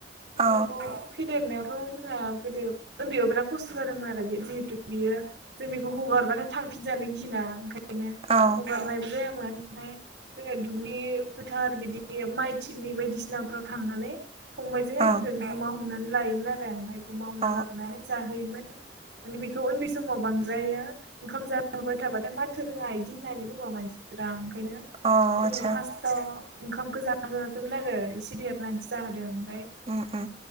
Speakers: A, on the right; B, on the right.
A: बेखौ
B: औ
A: फेदेरनायाव। जोंहा गोदो उन्दैयाव बिराद खस्थ' जादोंमोन । बे जिहेथु बियो जों बेखौ हगारबाथाय थांनो थांफिनजानो गिना ओंखायनो
B: औ
A: हगारनायबो जायामोन। ओमफ्राय जोङो दुब्लि फोथार बिदि माइथिलि बायदिसिनाफोराव थांनानै फंबायजों आंजों
B: औ
A: गुमा हमनानै लायोमोन आरो ओमफ्राय गुमा हमना
B: औ
A: लाबोनानै जाहोयोमोन । माने बेखौ उन्दै समाव बांद्रायो ओंखाम जाहोबाय थाबाथाय माथो रोङा बिदि होननानै बुंङो मानसिफ्रा। ओंखायनो
B: औ
A: जोङो
B: आतसा
A: फार्स्टआव ओंखामखौ जाहोआखैमोन आरो एसे देरनानैसो जाहोदों।
B: ओ ओ